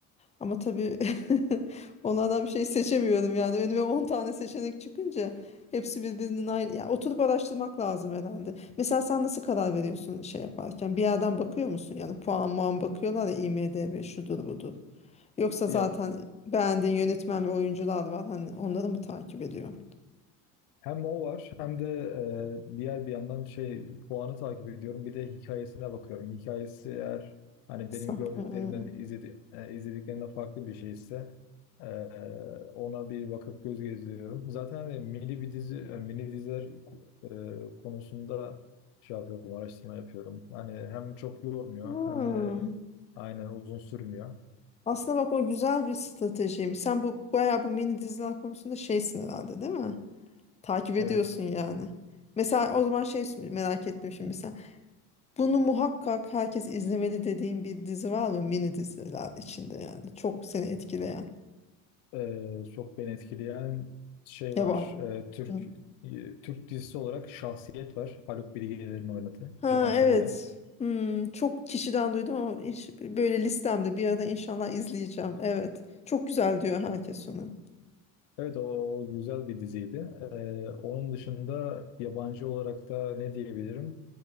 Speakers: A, on the left; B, on the left.
A: Ama tabii <laughs> onlardan bir şey seçemiyorum yani. Önüme 10 tane seçenek çıkınca hepsi birbirinin aynı. ya oturup araştırmak lazım herhalde. Mesela sen nasıl karar veriyorsun şey yaparken? Bir yerden bakıyor musun? Yani puan muan bakıyorlar ya IMDb şudur budur. Yoksa
B: Ya
A: zaten beğendiğin yönetmen ve oyuncular var. Hani onları mı takip ediyor?
B: Hem o var hem de e, diğer bir yandan şey puanı takip ediyorum. Bir de hikayesine bakıyorum. Hikayesi eğer hani
A: Sen-
B: benim gördüklerimden
A: Hmm.
B: izledi, e, izlediklerimden farklı bir şeyse e, ona bir bakıp göz gezdiriyorum. Zaten hani mini bir dizi, e, mini diziler e, konusunda şey yapıyorum, araştırma yapıyorum. Hani hem çok yormuyor
A: Hmm.
B: hem de aynen uzun sürmüyor.
A: Aslında bak o güzel bir stratejiymiş. Sen bu bayağı bu mini diziler konusunda şeysin herhalde değil mi? Takip ediyorsun
B: Evet.
A: yani. Mesela o zaman şey merak ettim şimdi mesela. Bunu muhakkak herkes izlemeli dediğin bir dizi var mı mini diziler içinde yani? Çok seni etkileyen.
B: Ee, çok beni etkileyen şey
A: Yaban.
B: var. Ee, Türk
A: Hı.
B: e, Türk dizisi olarak Şahsiyet var. Haluk Bilginer'in oynadığı.
A: Ha
B: Cansu
A: evet.
B: Dere.
A: Hmm, çok kişiden duydum ama hiç böyle listemde bir ara inşallah izleyeceğim. Evet. Çok güzel diyor herkes onu.
B: Evet o güzel bir diziydi. Ee, onun dışında yabancı olarak da ne diyebilirim?